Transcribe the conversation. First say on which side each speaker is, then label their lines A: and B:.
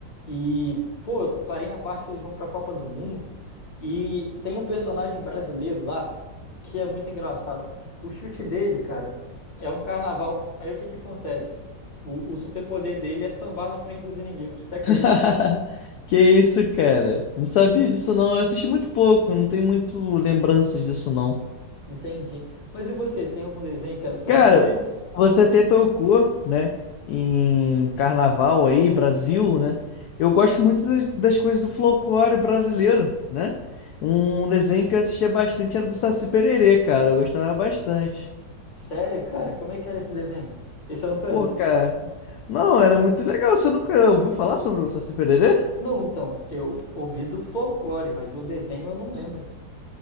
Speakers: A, on the left; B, on the left.
A: e, pô, eu parei na parte que eles vão pra Copa do Mundo e tem um personagem brasileiro lá que é muito engraçado. O chute dele, cara, é um carnaval. Aí o que que acontece? O, o superpoder dele é sambar na frente dos inimigos. Você acredita?
B: <laughs> Que isso, cara? Não sabia disso não. Eu assisti muito pouco, não tenho muito lembranças disso não.
A: Entendi. Mas e você, tem algum desenho que era o seu
B: Cara,
A: favorito?
B: você até tocou, né, em carnaval aí, Brasil, né? Eu gosto muito das, das coisas do folclore brasileiro, né? Um desenho que eu assistia bastante era do Saci Pererê, cara. Eu gostava bastante.
A: Sério, cara? Como é que era esse desenho? Esse eu nunca
B: Pô,
A: vi.
B: cara. Não, era muito legal. Você nunca ouviu falar sobre o Saci Pererê?
A: Não, então, eu ouvi do folclore, mas do desenho eu não lembro.